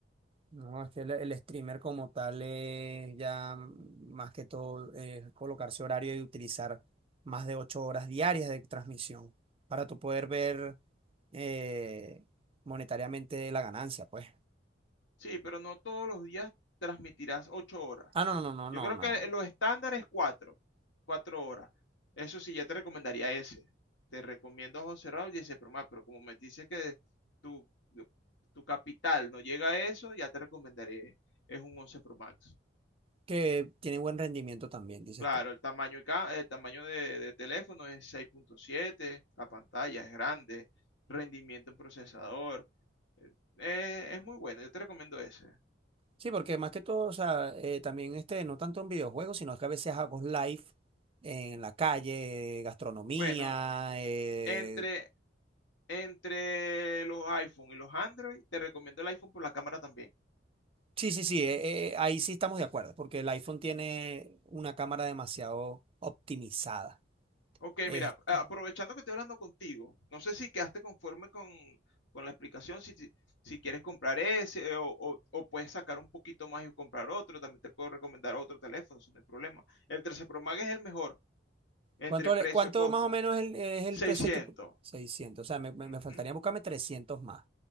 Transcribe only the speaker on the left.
Sí, pero no todos los días transmitirás ocho horas.
Yo creo
que los estándares es cuatro, cuatro horas. Eso sí, ya te recomendaría ese. Te recomiendo ojos cerrados y ese programa, pero como me dices que tu, tu capital no llega a eso, ya te recomendaría, es un 11 Pro Max.
Claro,
el tamaño, y ca- el tamaño de, de teléfono es seis punto siete, la pantalla es grande, rendimiento en procesador, eh, es muy bueno, yo te recomiendo ese.
Bueno,
Entre, entre los iPhone y los Android, te recomiendo el iPhone por la cámara también.
Ok,
mira, aprovechando que estoy hablando contigo, no sé si quedaste conforme con, con la explicación, si, si, si quieres comprar ese eh, o, o- o puedes sacar un poquito más y comprar otro, también te puedo recomendar otro teléfono, eso no hay problema. El 13 Pro Max es el mejor entre
precio-costo,
600.
Ujú,